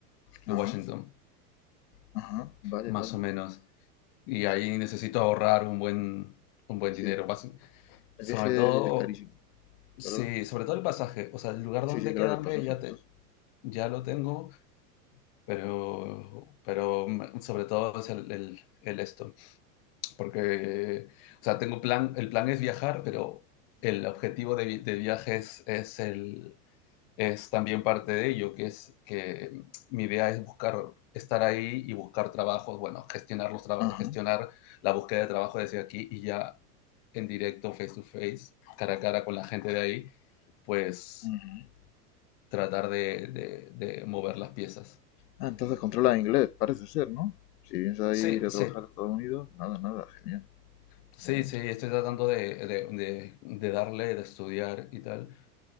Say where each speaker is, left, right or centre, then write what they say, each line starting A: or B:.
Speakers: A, on the left; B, on the left.
A: y
B: Ajá,
A: Washington,
B: ajá, vale,
A: más
B: vale.
A: o menos. Y ahí necesito ahorrar un buen, un buen
B: Sí,
A: dinero, basi-
B: el
A: sobre
B: viaje
A: todo
B: es carísimo,
A: Sí,
B: ¿verdad?
A: sobre todo el pasaje, o sea, el lugar
B: Sí,
A: donde
B: sí, claro,
A: quedarme
B: el pasaje,
A: ya
B: el pasaje.
A: te, ya lo tengo, pero, pero mm, sobre todo es el, el- el esto, porque, o sea, tengo plan, el plan es viajar, pero el objetivo de, vi- de viaje es, es el, es también parte de ello, que es que mm, mi idea es buscar, estar ahí y buscar trabajos, bueno, gestionar los traba-
B: Ajá,
A: gestionar la búsqueda de trabajo desde aquí y ya en directo, face to face, cara a cara con la gente de ahí, pues
B: ajá.
A: tratar de, de- de mover las piezas.
B: Ah, entonces controla inglés, parece ser, ¿no? Si piensas ir
A: Sí,
B: a
A: sí,
B: trabajar a Estados Unidos, nada, nada, genial.
A: sí,
B: Eh,
A: sí, estoy tratando de, de- de- de darle, de estudiar y tal,